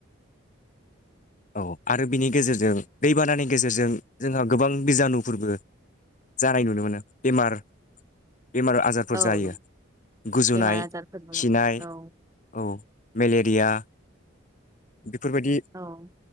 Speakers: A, on the left; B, on the right.
A: औ आरो बिनि गेजेरजों दैबानानि गेजेरजों जोंहा गोबां बिजानुफोरबो जानाय नुनो मोनो बेमार बेमार आजारफोर
B: औ
A: जायो गुजुनाय
B: बेमार आजारफोरबो
A: खिनाय
B: औ
A: औ मेलेरिया बिफोरबायदि
B: औ